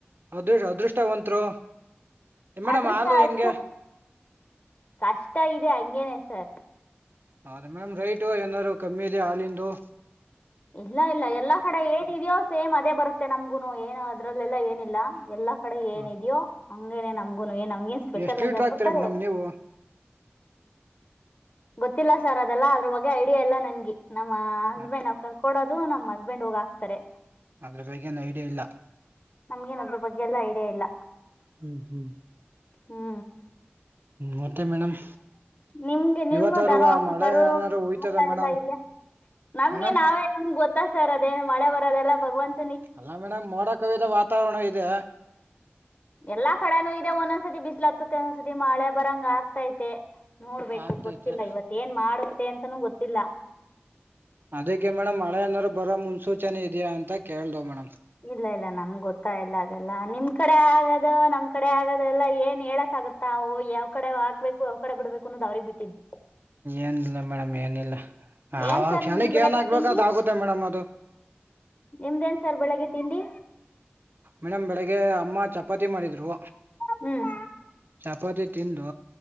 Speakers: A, on the right; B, on the left.
A: ಅದೃ <unintelligible> ಅದೃಷ್ಟವಂತ್ರು ಮೇಡಮ್
B: ಅದೃಷ್ಟ
A: ಹಾಲು
B: ಅಷ್ಟೇ
A: ಹೆಂಗೆ
B: ಕಷ್ಟ ಇದೆ ಹಂಗೇನೆ ಸರ್.
A: ಹೌದ ಮ್ಯಾಮ್ ರೇಟ್ ಏನಾದ್ರು ಕಮ್ಮಿ ಇದಿಯಾ ಹಾಲಿಂದು.
B: ಇಲ್ಲ ಇಲ್ಲ ಎಲ್ಲಾ ಕಡೆ ಏನೀನ್ದ್ಯೋ ಸೇಮ್ ಅದೇ ಬರುತ್ತೆ ನಮ್ಗುನು ಏನು ಅದ್ರಲ್ಲೆಲ್ಲಾ ಏನಿಲ್ಲ ಎಲ್ಲಾ ಕಡೆ ಏನಿದ್ಯೋ
A: ಹಾಂ
B: ಹಂಗೇನೆ ನಮ್ಗುನು ಏನ್ ನಂಗೇನ್ ಸ್ಪೆಷಲ್
A: ಎಷ್ಟು
B: ಆಗಿ
A: ಲೀಟ್ರ್
B: <unintelligible> ಹಾಗ
A: ಹಾಕ್ತೀರಾ
B: ಕೊಡ್ತಾರೆ.
A: ಮೇಡಮ್ ನೀವು
B: ಗೊತ್ತಿಲ್ಲ ಸರ್ ಅದೆಲ್ಲ ಅದ್ರ ಬಗ್ಗೆ ಐಡಿಯಾ ಇಲ್ಲಾ ನನ್ಗೆ. ನಮ್ಮ ಹಸ್ಬೆಂಡ್
A: ಹಾಂ
B: ಅವ್ ಕರ್ಕೋಡದು ನಮ್ಮ್ ಹಸ್ಬೆಂಡ್ ಹೋಗ್ ಹಾಕ್ತಾರೆ.
A: ಆದ್ರು ಬೇಗ ಏನ್ ಐಡಿಯಾ ಇಲ್ಲ.
B: ನಂಗೇನ್ ಅದ್ರ ಬಗ್ಗೆ ಎಲ್ಲ ಐಡಿಯಾ ಇಲ್ಲ.
A: ಹ್ಮ್ ಹ್ಮ್
B: ಹ್ಞೂ
A: ಮತ್ತೆ ಮೇಡಮ್.
B: ನಿಮ್ಗೆ ನಿಮ್ಮ
A: ಇವತ್ತಾದ್ರು
B: ದನ
A: ಆ
B: ಹೊಸು
A: ಮಳೆ
B: ಕರು
A: ಏನಾದ್ರು ಹುಯ್ತದ
B: ತೋಟ
A: ಮೇಡಮ್
B: ಎಲ್ಲ ಇದ್ದೀಯ ನಮ್ಗೆ
A: ಮೇಡಮ್
B: ನಾವೇ ನಮ್ ಗೊತ್ತಾ ಸರ್ ಅದೇನು ಮಳೆ ಬರದೆಲ್ಲ ಭಗವಂತ್
A: ಅಲ್ಲಾ ಮೇಡಮ್ ಮೋಡ ಕವಿದ ವಾತಾವರಣ ಇದೆ.
B: ಎಲ್ಲಾ ಕಡೆನುೂ ಇದೆ ಒಂದೊಂದ್ಸತಿ ಬಿಸ್ಲ ಹತುತ್ತೆ ಒಂದೊಂದ್ಸತಿ ಮಳೆ ಬರಂಗಗತೈತೆ. ನೋಡ್ಬೇಕು
A: ಆಗ್ತೈತೆ
B: ಗೊತ್ತಿಲ್ಲ ಇವತ್ ಏನ್ ಮಾಡುತ್ತೆ ಅಂತನೂ ಗೊತ್ತಿಲ್ಲ.
A: ಅದಕ್ಕೆ ಮೇಡಮ್ ಮಳೆ ಏನಾರು ಬರೋ ಮುನ್ಸೂಚನೆ ಇದೆಯಾ ಅಂತ ಕೇಳ್ದ ಮೇಡಮ್.
B: ಇಲ್ಲ ಇಲ್ಲ ನಮ್ಗೆ ಗೊತ್ತಾಗಲ್ಲ ಅದೆಲ್ಲ ನಿಮ್ ಕಡೆ ಆಗದು ನಮ್ ಕಡೆ ಆಗದು ಎಲ್ಲಾ ಏನ್ ಹೇಳಕ್ ಆಗುತ್ತಾ ಯಾವ್ ಕಡೆ ಆಗ್ಬೇಕು ಯಾವ್ ಕಡೆ ಬಿಡ್ಬೇಕು ಅನ್ನೋದು ಅವ್ರಿಗ್ ಬಿಟ್ಟಿದು.
A: ಏನಿಲ್ಲ ಮೇಡಮ್ ಏನಿಲ್ಲ
B: ಏನ್
A: ಆವಾಗ
B: ಸರ್
A: ಕ್ಷಣಕ್ಕೆ
B: ನಿಮ್ದು ಬೆಳಿಗ್ಗೆ
A: ಏನ್ ಹಾಕ್ಬೇಕು
B: ತಿಂಡಿ
A: ಅದ್ ಆಗುತ್ತೆ ಮೇಡಮ್ ಅದು
B: ನಿಮ್ದೇನ್ ಸರ್ ಬೆಳಗ್ಗೆ ತಿಂಡಿ.
A: ಮೇಡಂ ಬೆಳಿಗ್ಗೆ ಅಮ್ಮ ಚಪಾತಿ ಮಾಡಿದ್ರು.
B: ಹ್ಮ್.
A: ಚಪ್ಪತಿ ತಿಂದು